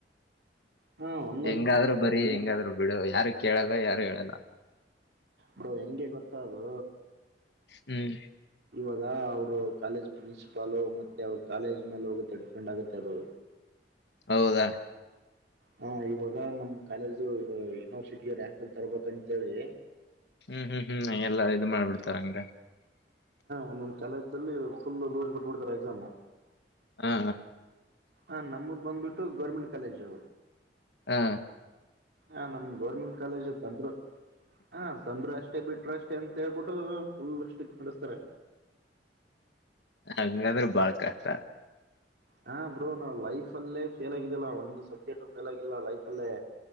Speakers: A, on the right (about 65°); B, on the left (about 70°).
A: ಹಾ ಒಂದೊಂದ್
B: ಹೆಂಗಾದ್ರು ಬರಿ
A: ಒಂದ
B: ಹೆಂಗಾದ್ರು ಬಿಡು ಯಾರು ಕೇಳಲ್ಲ ಯಾರು ಹೇಳಲ್ಲ
A: ಬ್ರೋ ಹೆಂಗೆ ಗೊತ್ತಾ ಅದು
B: ಹ್ಮ್
A: ಇವಾಗ ಅವರು ಕಾಲೇಜ್ ಪ್ರಿನ್ಸಿಪಾಲು ಮತ್ತೆ ಅವ್ರ ಕಾಲೇಜ್ ಮೇಲೆ ಹೋಗುತ್ತೆ ಡಿಫೆಂಡ್ ಆಗುತ್ತೆ ಅದು
B: ಹೌದಾ
A: ಹ ಇವಾಗ ನಮ್ ಕಾಲೇಜು ಯೂನಿವರ್ಸಿಟಿ ರಾಂಕಲ್ ತರ್ಬೇಕಂತೇಳಿ
B: ಹ್ಮ್ ಹ್ಮ್ ಹ್ಮ್ ಎಲ್ಲಾ ಇದು ಮಾಡ್ಬಿಡ್ತಾರ ಹಂಗ
A: ಒಂದ್ ಒಂದ್ ಕಾಲೇಜ್ನಲ್ಲಿ ಫುಲ್ ಲೂಸ್ ಬಿಟ್ಬಿಡ್ತಾರ ಎಕ್ಸಾಮು
B: ಹಾ
A: ಹಾ ನಮುದ್ ಬಂದ್ಬಿಟ್ಟು ಗೌರ್ಮೆಂಟ್ ಕಾಲೇಜು
B: ಹಾ
A: ಹ ನಮದ ಗೌರ್ಮೆಂಟ್ ಕಾಲೇಜ್ ತಂದ್ರರು ಹ ತಂದ್ರೊ ಅಷ್ಟೇ ಬಿಟ್ಟ ಷ್ಟೆ ಅಂತ ಹೇಳ್ಬಿಟ್ಟು ಪುಲ್ ಸ್ಟ್ರಿಕ ನಡಸ್ತಾರೆ
B: ಹಂಗಂದ್ರ ಬಾಳ್ ಕಷ್ಟ
A: ಹಾ ಬ್ರೋ ನಾವ್ ಲೈಫ್ ಅಲ್ಲೇ ಫೇಲ್ ಆಗಿದಿಲ್ಲ ಒಂದು ಸಬ್ಜೆಕ್ಟ್ ಫೇಲ್ ಆಗಿಲ್ಲ ಲೈಫ್ ಅಲ್ಲೇ